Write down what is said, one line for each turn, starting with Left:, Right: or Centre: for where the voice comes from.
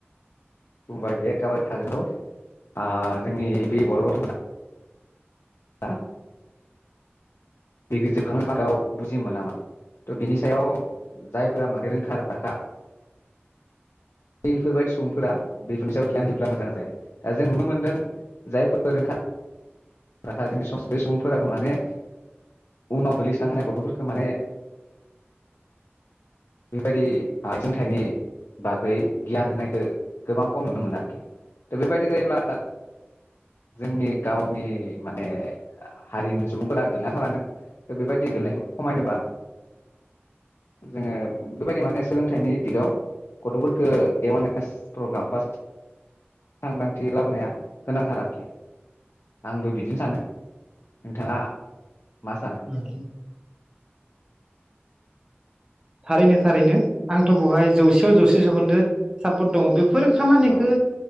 Left: बुंबाय बे एखाबारे थार नंगौ ओ जोंनि बे बर' गथ'फोरा हा <unintelligible> दिग्रि जोबखांनो मादावव बुजिनो मोना माने थ' बिनि सायाव जायफोरा माने रोंखा राखा बफोरबायदि सुबुंफोरा बेफोरनि सायाव गियान होयोब्ला मोजां जायो दा जों नुनो मोनदों जायफोर रोंखा राखा जोंनि सम बे सुबुंफोराबो माने उनाव गोग्लैसोनानै थानाय गथ'फोरखौ माने बेबायदि आ सोंथाइनि बागै गियान होनायखौ गोबां खम नुनो मोनो आरोखि दा बेबायदि जायोब्ला जोंनि गावनि माने हारिनि सुबुंफोरा गोलैना थानांगोन दा बेबायदि गोैनायखौ खमायनोबा जोङो बेबायदि माने सोलोंथाइनि दिगाव गथ'फोरखौ एवारनेस प्रग्राम बा सांग्रांथि लाबोनाया गोनांथार आरोखि आंबो बिदिनो सानो नोंथाङा
Right: <unintelligible>
Left: मा सानो
Right: थारैनो थारैनो आंथ' बेहाय जौसेयाव जौसे जौखोन्दो सापर्ट दङ बे बेफोर खामानिखौ
Left: औ